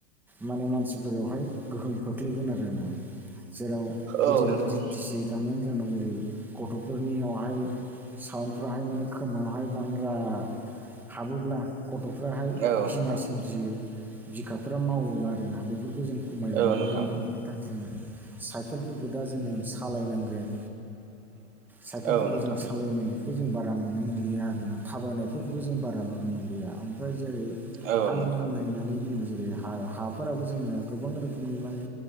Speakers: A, in the centre; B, on the right.
A: माने मानसिफोरावहाय गोहोम खोख्लैगोन आरो ना जेराव गिदिर
B: औ नोंथां
A: गिदिर गिदिर एजामनायनि जाहाव जेरै गथ'फोरनियावहाय साउन्डफ्राहाय माने खोमायावहाय बांद्रा हाबोब्ला गथ'फ्राहाय
B: औ नोंथां
A: गिनाय सोमजियो बिखाफोरा मावो आरो ना बेफोरखौ जों खमायलांनांगोन
B: औ नोंथां
A: नङा होमबा जोङो साइकेलफोरखौ दा जोङो सालायनांगोन
B: <inaudible>
A: साइकेलफोरखौ
B: नोंथां
A: जों
B: औ नोंथां
A: सालायनायखौ जों बारा नुनो मोनलिया आरोना थाबायनायफोरखौबो जों बारा नुनो मोनलिया फ्राय जेरै
B: औ
A: हा
B: नोंथां
A: गुबुं नायनानै बुङो जेरै हा हा ह फोराबो जोङो गोबां रोखोमनि माने